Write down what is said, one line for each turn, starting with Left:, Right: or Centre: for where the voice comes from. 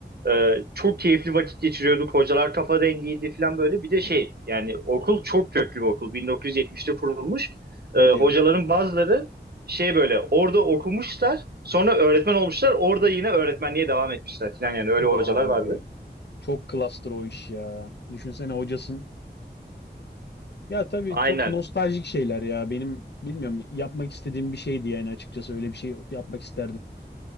Right: Ee, çok keyifli vakit geçiriyorduk. Hocalar kafa dengiydi falan böyle. Bir de şey yani okul çok köklü bir okul. 1970'te kurulmuş. Ee,
Left: Hadi
Right: hocaların
Left: ya.
Right: bazıları şey böyle orada okumuşlar. Sonra öğretmen olmuşlar. Orada yine öğretmenliğe devam etmişler falan yani öyle
Left: Vay
Right: hocalar vardı.
Left: be. Çok klastır o iş ya. Düşünsene hocasın. Ya tabii
Right: Aynen.
Left: çok nostaljik şeyler ya. Benim bilmiyorum yapmak istediğim bir şeydi yani açıkçası öyle bir şey yapmak isterdim.